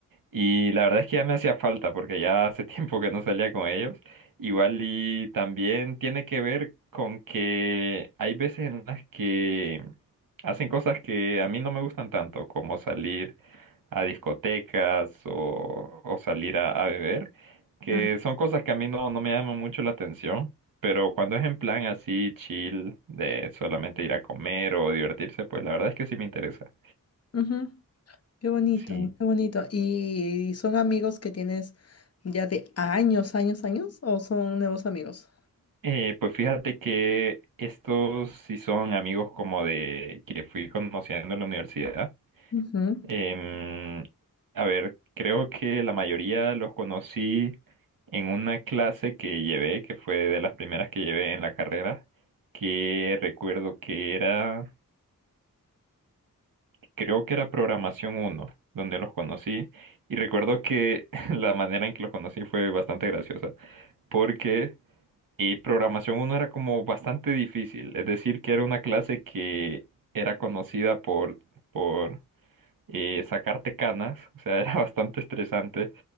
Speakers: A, on the right; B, on the left.
A: Y la verdad es que ya me hacía falta porque ya hace <laughs> tiempo que no salía con ellos. Igual y también tiene que ver con que hay veces en las que hacen cosas que a mí no me gustan tanto, como salir a discotecas o, o salir a, a beber, que
B: Ah,
A: son cosas que a mí no, no me llaman mucho la atención. Pero cuando es en plan así chill, de solamente ir a comer o divertirse, pues la verdad es que sí me interesa.
B: ujú. Qué bonito,
A: Sí.
B: qué bonito. ¿Y son amigos que tienes ya de años, años, años o son nuevos amigos?
A: Eh, pues fíjate que estos sí son amigos como de que fui conociendo en la universidad.
B: Ujú,
A: Em, a ver, creo que la mayoría los conocí en una clase que llevé, que fue de las primeras que llevé en la carrera, que recuerdo que era, creo que era programación uno, donde los conocí. Y recuerdo que <laughs> la manera en que los conocí fue bastante graciosa, porque y programación uno era como bastante difícil, es decir, que era una clase que era conocida por, por eh, sacarte canas, o sea, <laughs> era bastante estresante.